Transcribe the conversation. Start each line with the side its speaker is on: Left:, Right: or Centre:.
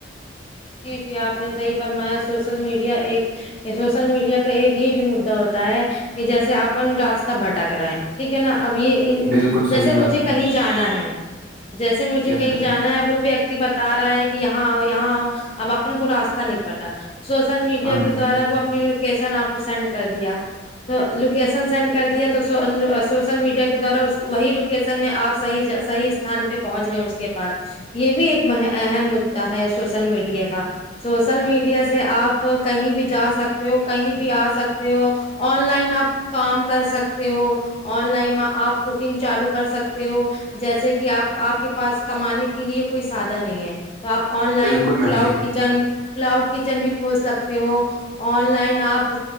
Left: جی جی آپ نے صحیح فرمایا سوشل میڈیا ایک یہ سوشل میڈیا کا ایک یہ بھی مدعا ہوتا ہے کہ جیسے آپن راستہ بھٹک رہا ہے ٹھیک ہے نا اب یہ
Right: بالکل صحیح
Left: جیسے
Right: بات
Left: مجھے
Right: میم
Left: کہیں جانا ہے جیسے مجھے
Right: یس
Left: کہیں
Right: میم
Left: جانا ہے وہ بھی بتا رہا ہے کہ یہاں آؤ یہاں آؤ اب اپن کو راستہ نہیں پٹا سوشل میڈیا
Right: ہاں میم
Left: کے دوارا وہ اپنی لوکیشن آپ کو سینڈ کر دیا تو لوکیشن سینڈ کر دیا تو سوشل میڈیا کے دوارا وہی سر میں آپ صحی صح استھان پہ پہنچ گئے اس کے پاس یہ بھی ایک اہم مدعا ہے سوشل میڈیا کا سوشل میڈیا سے آپ کہیں بھی جا سکتے ہو کہیں بھی آ سکتے ہو آن لائن آپ کام کر سکتے ہو آن لائن آپ کوکنگ چالو کر سکتے ہو جیسے کہ آپ آپ کے پاس کمانے کے لیے کوئی سادھن نہیں ہے تو آپ آن لائن
Right: بالکل میم
Left: کلاؤڈ
Right: صحیح
Left: کچن کلاؤڈ کچن بھی کھول سکتے ہو آن لائن آپ